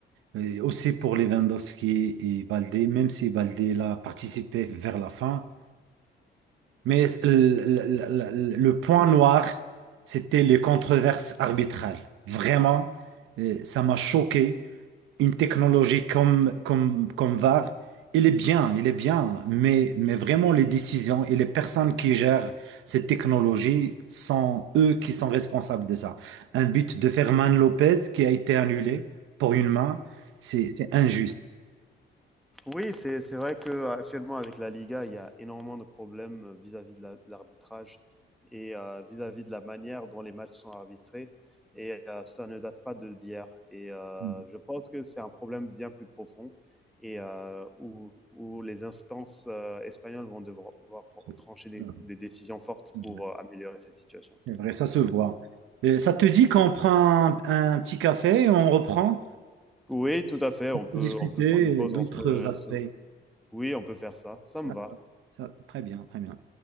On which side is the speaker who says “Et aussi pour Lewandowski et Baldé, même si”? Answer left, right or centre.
Right